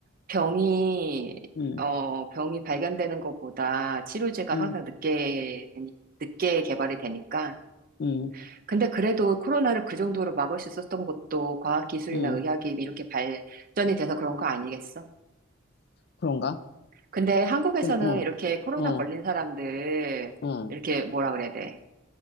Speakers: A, on the right; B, on the left.
A: 병이,
B: 응,
A: 어, 병이 발견되는 것보다 치료제가
B: 응,
A: 항상 늦게, 되니- 늦게 개발이 되니까.
B: 응,
A: 근데 그래도 코로나를 그 정도로 막을 수 있었던 것도 과학기술이나
B: 응.
A: 의학이 이렇게 발전이 돼서 그런 거 아니겠어?
B: 그런가?
A: 근데 한국에서는
B: 그, 어,
A: 이렇게 코로나
B: 어,
A: 걸린 사람들,
B: 어.
A: 이렇게 뭐라 그래야 돼?